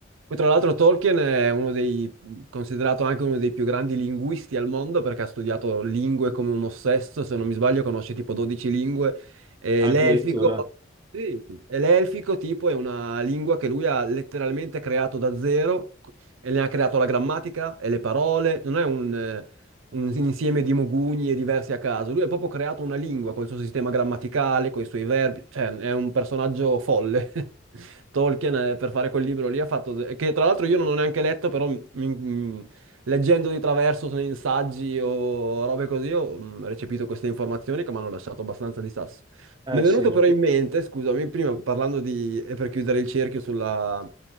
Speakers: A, on the right; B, on the right.
A: Poi, tra l'altro, Tolkien è uno dei, considerato anche uno dei più grandi linguisti al mondo perché ha studiato lingue come un ossesso, se non mi sbaglio, conosce tipo 12 lingue. E
B: Addirittura,
A: l'elfico, sì, e l'elfico tipo è una lingua che lui ha letteralmente creato da zero e ne ha creato la grammatica e le parole. Non è un, eh, un insieme di mogugni e diversi a caso. Lui ha proprio creato una lingua col suo sistema grammaticale, con i suoi verbi, cioè è un personaggio folle. <laughs> Tolkien, eh, per fare quel libro lì, ha fatto, che tra l'altro io non ho neanche letto, però mi- mi- leggendo di traverso nei saggi o robe così, ho mm, recepito queste informazioni che mi hanno lasciato abbastanza di sasso.
B: eh,
A: Mi è venuto
B: sì, molto-
A: però in mente, scusami, prima parlando di, e per chiudere il cerchio sulla